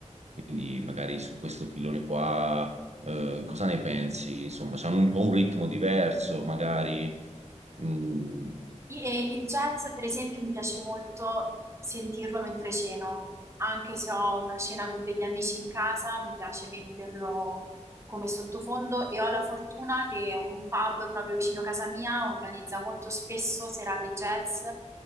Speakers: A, on the right (about 60°); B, on the right (about 20°).
A: quindi magari su questo filone qua, eh, cosa ne pensi? Insomma, c'hanno un po' un ritmo diverso, magari. Mm,
B: I- E il jazz, per esempio, mi piace molto sentirlo mentre ceno. Anche se ho una cena con degli amici in casa, mi piace metterlo come sottofondo e ho la fortuna che un pub proprio vicino a casa mia organizza molto spesso serate jazz,